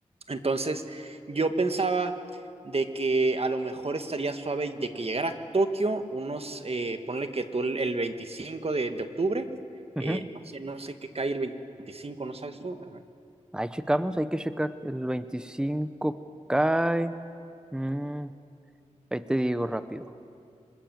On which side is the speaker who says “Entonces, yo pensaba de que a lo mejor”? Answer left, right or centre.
Right